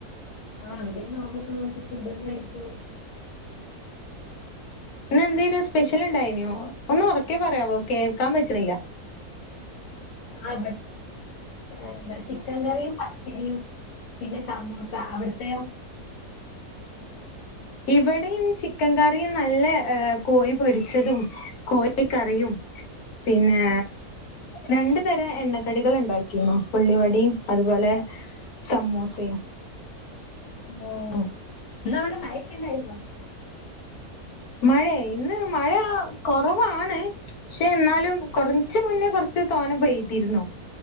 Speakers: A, on the left; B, on the left.
A: ആ അവിടെ നോക്കൊക്കെ മറ്റേ ഫുഡ കഴിച്ചു.
B: ഇന്ന എന്തനോ സ്പെഷ്യൽ ഇണ്ടായിനോ ഒന്ന് ഉറക്കെ പറയാവോ കേൾക്കാൻ പറ്റുണില്ല
A: ആ എന്ത ചിക്കൻ കറിയും പത്തിരിയും പിന്നെ സമൂ സ അവിടത്തയോ.
B: ഇവിടെയും ചിക്കൻ കറിയും നല്ല കോയി പൊരിച്ചതും കോയിക്കറിയും. പിന്നെ. രണ്ടു തരം എണ്ണക്കടികൾ ഉണ്ടാക്കിരുന്നു ഉള്ളിവടയും അതുപോലെ സമൂസയും. <inaudible>
A: ഓഇന്നവിടെ മഴക്കൊണ്ടായിരുന്നോ.
B: മഴയൊ ഇന്ന് മഴ കുറവാണ് പക്ഷെ എന്നാലും കുറച്ച് മുന്നേ കുറച്ച് തോനെ പെയ്തിരുന്നു